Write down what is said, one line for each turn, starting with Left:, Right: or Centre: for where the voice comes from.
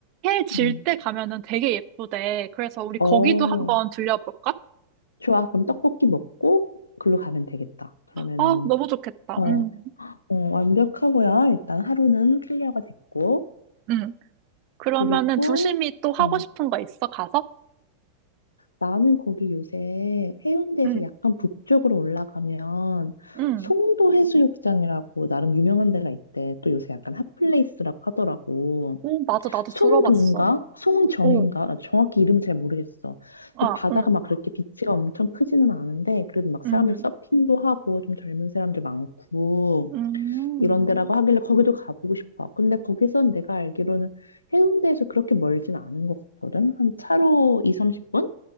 Right: 해 질
Left: 응.
Right: 때 가면은 되게 예쁘대. 그래서 우리 거기도
Left: 어,
Right: 한번 들려볼까?
Left: 좋아. 그럼 떡볶이 먹고 글로 가면 되겠다. 그러면은,
Right: 아, 너무 좋겠다.
Left: 어,
Right: 음,
Left: 어, 완벽하고요. 일단 하루는 클리어가 됐고.
Right: 음. 그러면은
Left: 그리고,
Right: 두심이 또 하고
Left: 음,
Right: 싶은 거 있어? 가서?
Left: 나는 거기 요새 해운대에서
Right: 응,
Left: 약간 북쪽으로 올라가면
Right: 응.
Left: 송도 해수욕장이라고 나름 유명한 데가 있대. 또 요새 약간 핫플레이스라고 하더라고.
Right: 오, 맞아. 나도
Left: 송동가
Right: 들어봤어.
Left: 송정인가?
Right: 오,
Left: 아, 정확히 이름은 잘 모르겠어.
Right: 아,
Left: 근데 바다가
Right: 응,
Left: 막 그렇게 비치가 엄청 크지는 않은데 그래도 막 사람들
Right: 응,
Left: 서핑도 하고 좀 젊은 사람들 많고
Right: 음. 음.
Left: 이런 데라고 음. 하길래 거기도 가보고 싶어. 근데 거기선 내가 알기로는 해운대에서 그렇게 멀진 않은 것 같거든. 한 차로 2, 30분?